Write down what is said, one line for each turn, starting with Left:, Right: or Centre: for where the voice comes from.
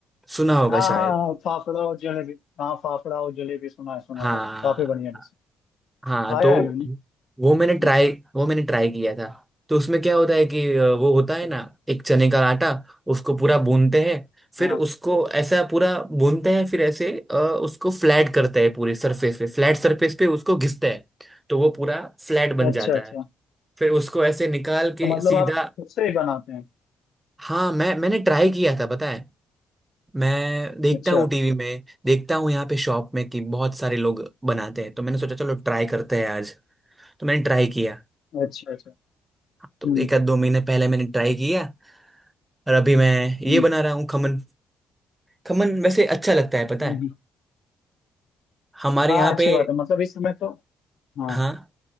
Right: सुना होगा
Left: हाँ
Right: शायद
Left: हाँ फाफड़ा और जलेबी हाँ फाफड़ा और जलेबी सुना है सुना
Right: हाँ
Left: है भाई काफी बढ़िया डिश है।
Right: हाँ
Left: खाया
Right: तो
Left: है मैंने
Right: वो
Left: हम्म,
Right: मैंने ट्राई वो मैंने ट्राई किया था तो उसमें क्या होता है कि अ, वो होता
Left: अच्छा
Right: है ना एक चने का आटा उसको पूरा भूनते हैं फिर
Left: हाँ
Right: उसको ऐसा पूरा भूनते हैं फिर ऐसे अ, उसको फ्लैट करते हैं पूरे सरफेस पे फ्लैट सरफेस पे उसको घिसते हैं तो वो पूरा फ्लैट बन
Left: अच्छा
Right: जाता
Left: अच्छा
Right: है फिर उसको ऐसे निकाल के
Left: तो मतलब
Right: सीधा
Left: आप खुद से ही बनाते हैं
Right: हाँ मैं मैंने ट्राई किया था पता है मैं देखता
Left: अच्छा
Right: हूँ टीवी में देखता हूँ यहाँ पे शॉप में कि बहुत सारे लोग बनाते हैं तो मैंने सोचा चलो ट्राई करते हैं आज तो मैंने ट्राई किया
Left: अच्छा अच्छा
Right: तो
Left: हम्म
Right: एक आध दो महीने पहले मैंने ट्राई किया और अभी मैं
Left: हम्म,
Right: ये बना रहा हूँ खमन खमन वैसे अच्छा लगता है पता
Left: हम्म।
Right: है हमारे
Left: हाँ
Right: यहाँ
Left: अच्छी
Right: पे
Left: बात है मतलब इस समय तो हाँ
Right: हाँ